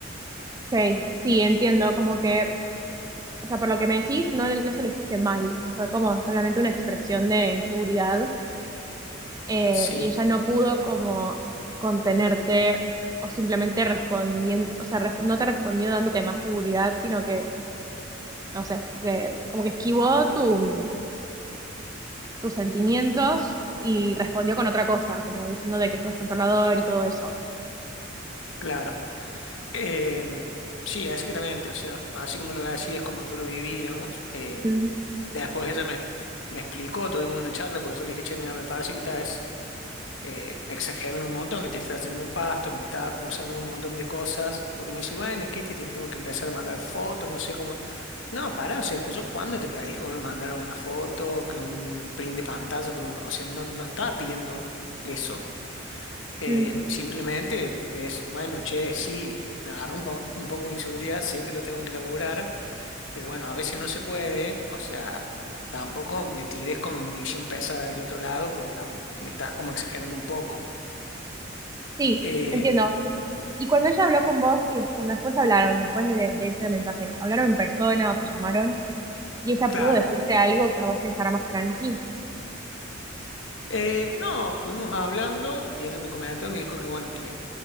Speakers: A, on the right (about 20°); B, on the left (about 70°).
A: Ok, sí, entiendo, como que O sea, por lo que me decís, no, no se lo dijiste mal, fue como solamente una expresión de inseguridad eh,
B: Sí,
A: y ella no pudo como contenerte o simplemente respondiendo, o sea, res- no te respondió dándote más seguridad, sino que, no sé, de- como que esquivó tu, tus sentimientos y respondió con otra cosa, como diciendo de que sos controlador y todo eso.
B: claro. Eh, sí, exactamente. O sea, así como lo así es como yo lo viví, digamos. Eh,
A: Mm,
B: después ella me, me explicó, tuvimos una charla porque yo le dije, che, mira, me parece que estás eh, exagerando un montón, que te estás yendo el pasto, que me estás acusando de un montón de cosas. Porque me dice, bueno, ¿qué? Que te tengo que empezar a mandar fotos, no sé cómo. No, pará, o sea, yo cuando te pedí que me mandaron una foto, que un print de pantalla, que me o sea, no, no estaba pidiendo eso. Eh,
A: mm.
B: simplemente es, bueno, che, sí, me agarró un, po- un poco de inseguridad, sé que lo tengo que laburar, pero bueno, a veces no se puede, o sea, tampoco me tires con munición pesada del otro lado porque tam- me estás como exagerando un poco.
A: Sí,
B: Eh,
A: entiendo. Y cuando ella habló con vos y cuando después hablaron, después de, de ese mensaje, ¿hablaron en persona o se llamaron? y ella
B: claro,
A: pudo decirte algo que a vos te dejara más tranqui.
B: Eh, no, estuvimos hablando y ella me comentó y me dijo que bueno, que